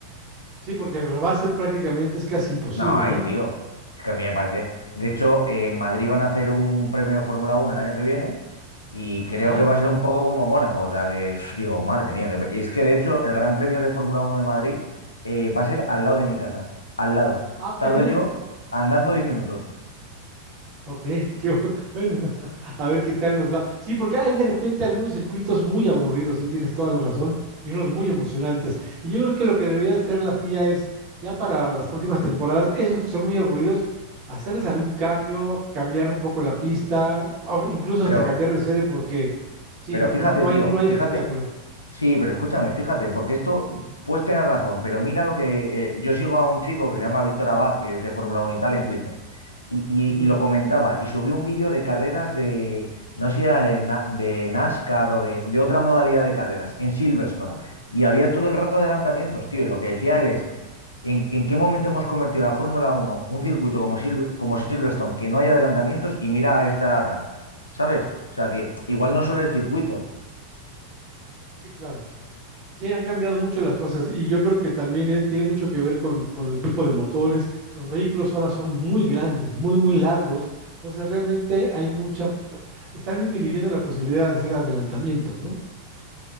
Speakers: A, on the right; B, on the left.
A: Sí, porque el rebase prácticamente es casi imposible,
B: No, ahí,
A: ¿no?
B: tío. Es que a mí me parece. De hecho, eh, en Madrid van a hacer un premio de Fórmula Uno el año que viene y creo
A: Ajá.
B: que va a ser un poco como Mónaco. O sea, que pf, digo, madre mía. que pe- Es que de hecho, el Gran Premio de Fórmula Uno de Madrid eh, va a ser al lado de mi casa. Al lado.
A: Ah, qué
B: Tardo
A: bien.
B: yo andando diez minutos.
A: Ok, <laughs> qué bu- bueno, <laughs> a ver qué tal nos va. Sí, porque hay de repente algunos circuitos muy aburridos, sí, tienes toda la razón, y unos muy emocionantes. Y yo creo que lo que debería hacer la FIA es, ya para las próximas temporadas, esos que son muy aburridos, hacerles algún cambio, cambiar un poco la pista, o incluso
B: Pero,
A: hasta cambiar de sede, porque sí,
B: pero
A: no,
B: fíjate,
A: no, no
B: tío,
A: hay, no hay
B: fíjate.
A: espectáculo.
B: Sí, pero escúchame, fíjate, porque esto, pues tener razón, pero mira lo que. eh, yo sigo a un chico que se llama Víctor Abad, que es de Fórmula Uno y tal, en Twitter. y, y-
A: Ujú.
B: y lo comentaba y subió un vídeo de carreras de, no sé si era de, Na- de NASCAR o de, de otra modalidad de carreras en Silverstone.
A: Ah,
B: Y había todo el rato adelantamientos, tío. Y lo que decía él es, ¿en, en qué momento hemos convertido la Fórmula Uno un circuito como, Silver- como Silverstone, que no hay adelantamientos y mira a esta tal? ¿Sabes? O sea que igual no solo el circuito.
A: sí, claro. Sí, han cambiado mucho las cosas y yo creo que también eh, tiene mucho que ver con, con el tipo de motores. Los vehículos ahora son muy grandes, muy, muy largos. Entonces realmente hay mucha, p- están disminuyendo la posibilidad de hacer adelantamientos, ¿no?